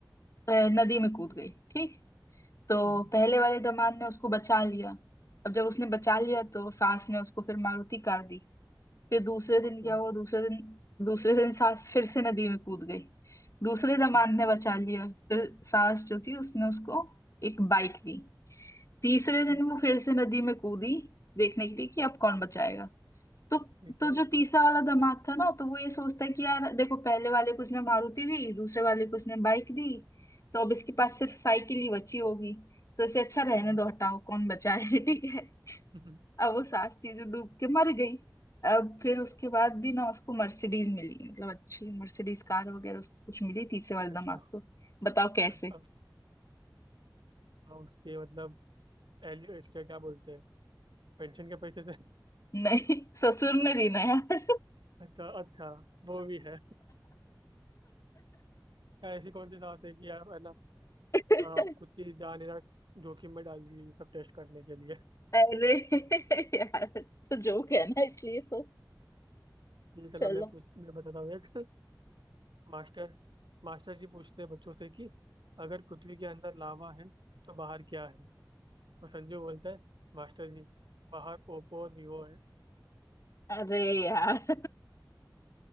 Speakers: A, on the left; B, on the right.
A: अ, नदी में कूद गई ठीक तो
B: हम्म हम्म,
A: पहले वाले दामाद ने उसको बचा लिया अब जब उसने बचा लिया तो सास ने उसको फिर मारुति कार दी फिर दूसरे दिन
B: ओके
A: क्या हुआ दूसरे दिन दूसरे दिन सास फिर से नदी में कूद गई दूसरे दामाद
B: हम्म
A: ने बचा लिया फिर सास जो थी उसने उसको एक बाइक दी तीसरे
B: ओके,
A: दिन वो फिर से नदी में कूदी देखने के लिए कि अब कौन बचाएगा तो
B: ठीक
A: तो
B: है
A: जो तीसरा वाला दामाद था ना तो वो ये सोचता है कि यार देखो पहले वाले को उसने मारुति दी दूसरे वाले को उसने बाइक दी तो अब इसके पास सिर्फ साइकिल ही बची होगी तो इसे अच्छा रहने
B: हाँ
A: दो हटाओ कौन बचाए <laughs> ठीक है
B: हम्म हम्म,
A: अब वो सास थी जो डूब के मर गई अब फिर उसके बाद भी ना उसको मर्सिडीज मिली मतलब अच्छी मर्सिडीज कार वगैरह उसको कुछ मिली तीसरे वाले दामाद
B: अच्छा
A: को बताओ कैसे
B: अच्छा हाँ, उसके मतलब एलियो इसके क्या बोलते हैं पेंशन के पैसे से
A: <laughs> नहीं ससुर ने दी ना यार
B: अच्छा अच्छा वो भी है यार, ऐसी कौन सी सांस है कि आप है ना
A: <laughs>
B: आप खुद की जान है ना जोखिम में डाल रही है ये सब टेस्ट करने के लिए
A: अरे <laughs> यार तो जोक है ना इसलिए तो
B: ठीक है, चलो
A: चलो
B: मैं पूछ मैं बताता हूँ एक मास्टर मास्टर जी पूछते हैं बच्चों से कि अगर पृथ्वी के अंदर लावा है तो बाहर क्या है तो संजू बोलता है मास्टर जी बाहर ओप्पो और वीवो है
A: अरे यार